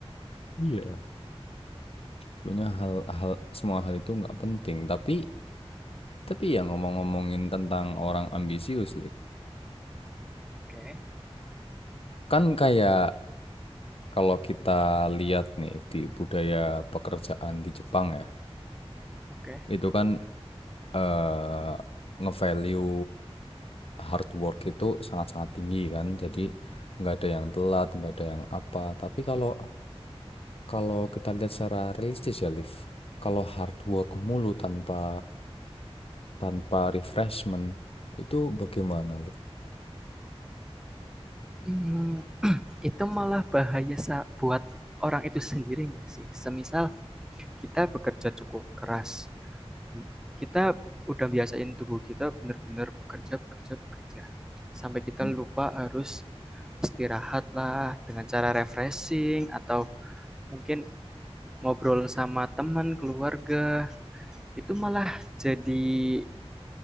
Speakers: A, on the left (about 65°); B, in the centre.
A: Iya. Sebenarnya hal-hal semua hal itu nggak penting. Tapi tapi ya ngomong-ngomongin tentang orang ambisius, Liv.
B: Oke,
A: Kan kayak kalau kita lihat nih di budaya pekerjaan di Jepang ya.
B: oke,
A: itu kan eh nge-value hard work itu sangat-sangat tinggi kan. Jadi nggak ada yang telat, nggak ada yang apa. Tapi kalau kalau kita lihat secara realistis ya, Liv, kalau hard work mulu tanpa tanpa refreshment itu bagaimana, Liv?
B: Hmm, itu malah bahaya sa- buat orang itu sendiri nggak sih? Semisal kita bekerja cukup keras, kita udah biasain tubuh kita benar-benar bekerja, bekerja, bekerja. Sampai kita
A: Hmm.
B: lupa harus istirahat lah dengan cara refreshing atau mungkin ngobrol sama teman, keluarga. Itu malah jadi